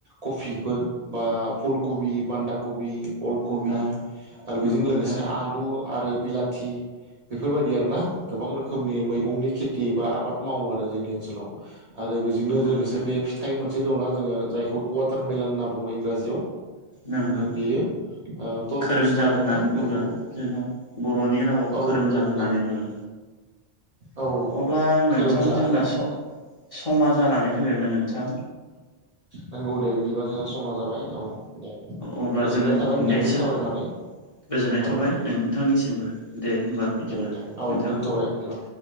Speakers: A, on the right; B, on the left.
A: कबिफोर बा फुल कबि बान्दा कबि। अल कबि
B: औ
A: आरो
B: नंगौ
A: बेजों
B: नोंथां
A: लोगोसे आलु आलु आरो बिलाथि बेफोरबायदि आरोना गोबां रोखोमनि मैगंनि खेथि बा आबाद मावो आरो जोंनि ओनसोलाव आरो बेजोंनो
B: नंगौ
A: लोगोसे
B: नोंथां
A: बे थाइ मोनसे दंना जोङो जायखौ वाटारमेलन होनना बुङो इंराजियाव
B: नंगौ
A: बियो तरमुस
B: खोरोमजाल
A: होनना
B: होननानै
A: बुङोना
B: बुङो
A: बेखौ
B: जोंनाव बर'नि रावाव
A: औ
B: खोरोमजाग
A: नंगौ नोंथां
B: होननानै बुङो।
A: औ
B: अब्ला नोंथां
A: खोरोमजा
B: जोंना
A: ना
B: समा जानानै फैबायमोन नोंथां।
A: नांगौ दे बिदिबा जोंहा समा जाबाय औ दे।
B: अब्ला
A: गोजोननाय
B: जोङो
A: थाबाय नोंथांजोंम
B: नेक्स्ट
A: सावरायनानै।
B: गोजोननाय
A: औ
B: थाबाय नोंथांनिसिमबो दे हबा बिदिब्ला
A: दे दे औ
B: नोंथां।
A: दोनथ'बाय बिदिबा